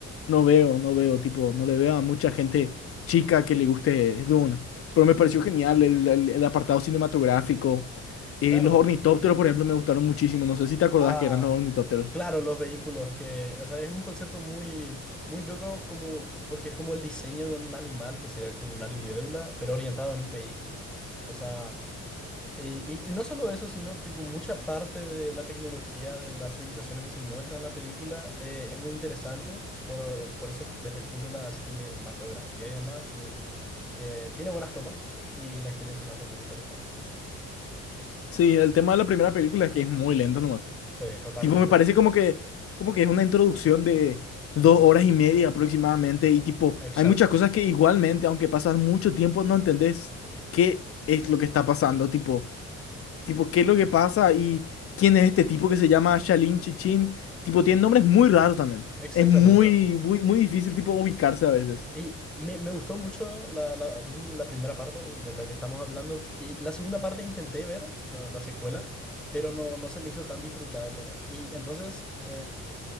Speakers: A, on the left; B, in the centre.
A: no veo, no veo, tipo, no le veo a mucha gente chica que le guste Dune. Pero me pareció genial el, el- el apartado cinematográfico. Eh,
B: Claro.
A: los ornitópteros, por ejemplo, me gustaron muchísimo. No sé si te acordás
B: Ah,
A: que eran los ornitópteros.
B: claro, los vehículos que, o sea, es un concepto muy, muy loco como, porque es como el diseño de un animal que sería como una libélula, pero orientado en un vehículo. O sea... Eh, y, y no solo eso, sino tipo mucha parte de la tecnología de las civilizaciones que se muestran en la película eh, es muy interesante, por, por eso desde el punto de la cinematografía y demás, tipo, eh, tiene buenas tomas y la historia se me hace muy interesante.
A: Sí, el tema de la primera película es que es muy lento nomás.
B: Sí, totalmente.
A: Tipo, me parece como que, como que es una introducción de dos
B: Ujú.
A: horas y media aproximadamente. Y tipo,
B: Exacto,
A: hay muchas cosas que igualmente, aunque pasas mucho tiempo, no entendés qué es lo que está pasando. Tipo, tipo, qué es lo que pasa y quién es este tipo que se llama Shalin Chichin. Tipo, tiene nombres muy raros también.
B: exactamente.
A: Es muy, muy, muy difícil, tipo, ubicarse a veces.
B: Y me, me gustó mucho la, la, Dune, la primera parte de la que estamos hablando. Y la segunda parte intenté ver, la, la secuela, pero no, no se me hizo tan disfrutable. Y entonces, eh,